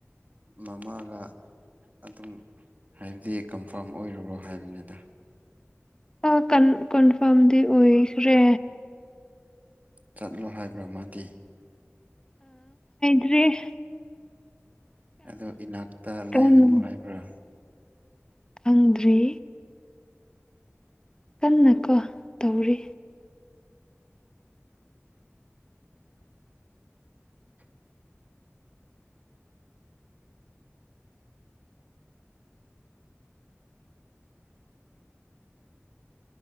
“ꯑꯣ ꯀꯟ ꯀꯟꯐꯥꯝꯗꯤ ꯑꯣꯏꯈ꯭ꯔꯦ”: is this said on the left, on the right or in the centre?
Left